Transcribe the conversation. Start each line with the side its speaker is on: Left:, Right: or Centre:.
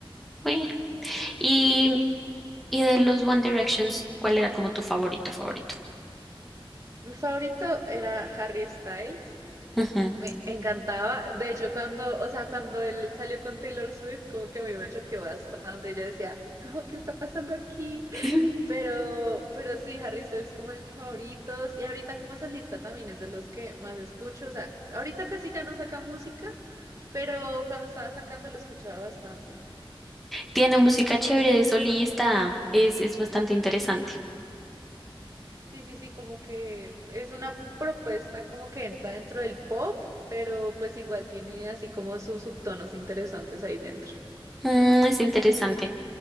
Centre: bueno, y, y de los One Directions, ¿cuál era como tu favorito, favorito?
Right: Mi favorito era Harry Styles.
Centre: Ujú.
Right: Me encantaba. De hecho, cuando, o sea, cuando él salió con Taylor Swift, como que a mí me choqueó bastante. Yo decía, no, ¿qué está pasando aquí?
Centre: <laughs>
Right: Pero, pero sí, Harry Styles es como de mis favoritos. Y ahorita como solista también es de los que más escucho. O sea, ahorita casi ya no saca música, pero cuando estaba sacando lo escuchaba bastante.
Centre: Tiene música chévere de solista, es, es bastante
Right: Ujú.
Centre: interesante.
Right: Sí, sí, sí, como que es una propuesta como que entra dentro del pop, pero pues igual tiene así como sus subtonos interesantes ahí dentro.
Centre: Mm, es interesante.